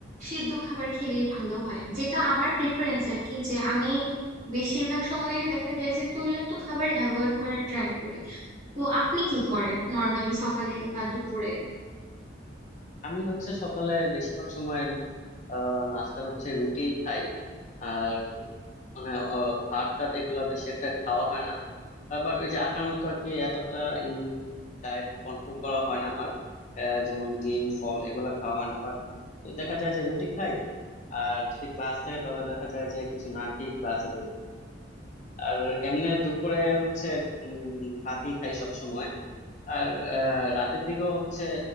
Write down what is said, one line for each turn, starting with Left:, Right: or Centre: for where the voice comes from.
Right: সেদ্ধ খাবার খেলেই ভালো হয় যেটা আমার প্রেফারেন্স আর কি যে আমি বেশিরভাগ সময়ে দেখা যায় যে তৈলাক্ত খাবার অ্যাভয়েড করার ট্রাই করি তো আপনি কি করেন নর্মালি সকালে বা দুপুরে
Left: আমি হচ্ছে সকালে বেশিরভাগ সময় আহ নাস্তা হচ্ছে রুটি খাই আর মানে আহ, ভাত টাত এগুলা বেশি একটা খাওয়া হয় না বাট ওই যে আপনার মতো আর কি এতটা এই ডায়েট কন্ট্রোল করা হয় না আমার আহ, যেমন ডিম ফল এগুলা খাওয়া হয় না বাট দেখা যায় যে রুটি খাই আর যদি ক্লাস থাকে তাহলে দেখা যায় যে কিছু না খেয়ে ক্লাসে দৌড় আর এমনি দুপুরে হচ্ছে উম ভাতই খাই সব আর আহ, রাতের দিকেও হচ্ছে